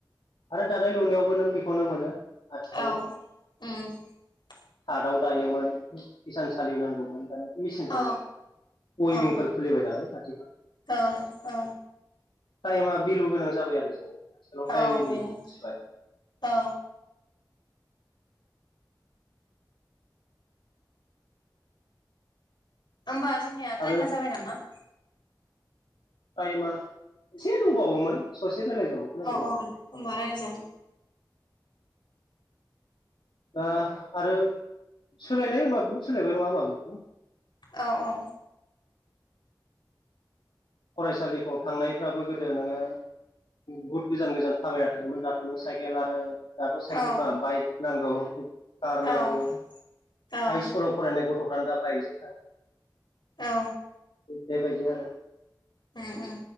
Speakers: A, on the left; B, on the left.
A: आरो दानाय लुनायावबो नों बेखौनो मोनो
B: औ
A: आथिखालाव थादाव दायोमोन हिसान सालि नांगौमोन दानि मेचिनजोंनो
B: औ
A: उइभिंफोर
B: औ
A: खुलिबाय नालाय आथिखाल
B: औ औ
A: टाइमा बिलु गोनां जाबाय आरो ज
B: औ
A: टाइमनि
B: बेनो
A: भिलुखौ बुजिबाइ
B: औ होमबा जोंनिया
A: आरो
B: टाइमा जाबाय नामा?
A: टाइमा एसे दंबावोमोन ससे रायज्लायजाबावगोन
B: अ औ
A: ओरैनो
B: औ होमबा रायलायजागोन
A: दा आरो सोलायनाय होनबा बहुद सोलायबाय नङा होनबा बिदिनो
B: औ औ
A: फरायसालिफ्राव थांनायफ्राबो गोदो नोङो बुहुत गोजान गोजान थाबायना थाङोमोन दाथ'नो साइकेल आरो दाथ' साइकेल
B: औ
A: बा बाइक नांगौ कार नांगौ
B: औ औ
A: हाइ स्कुलाव फरायनायखौ गथ'फ्रानो दा बाइकजों थाङ़ो
B: औ
A: बेबायदि आरो
B: ओम ओम